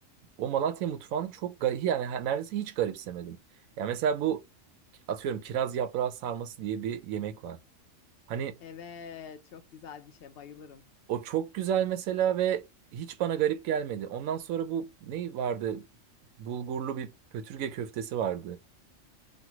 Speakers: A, on the right (about 90°); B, on the left (about 55°).
A: o Malatya mutfağını çok garip yani her- neredeyse hiç garipsemedim. Ya mesela bu atıyorum kiraz yaprağı sarması diye bir yemek var. Hani
B: Evet, çok güzel bir şey. Bayılırım.
A: o çok güzel mesela ve hiç bana garip gelmedi. Ondan sonra bu ne vardı? Bulgurlu bir pötürge köftesi vardı.